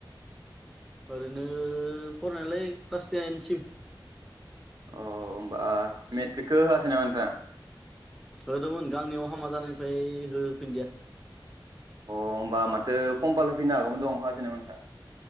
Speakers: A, in the centre; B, on the right (about 50°).
A: ओरैनो फरायनायालाय क्लास टेनसिम।
B: अ होमबा मेट्रिकखौ होआसै नामा नोंथाङा?
A: होदोंमोन गांनियाव हामा जानायनिफ्राय होफिनदिया।
B: अ होनोमबा माथो कम्पाल फैनो हागौमोन दंहा होआसै नामा नोंथाङा?